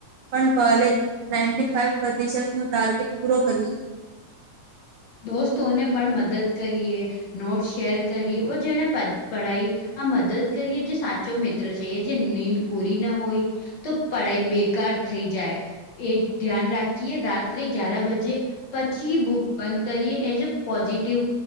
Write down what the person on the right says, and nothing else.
પણ પહલે નાઇનટી ફાઈ પ્રતિશત નુ ટાર્ગેટ પૂરો કરીએ.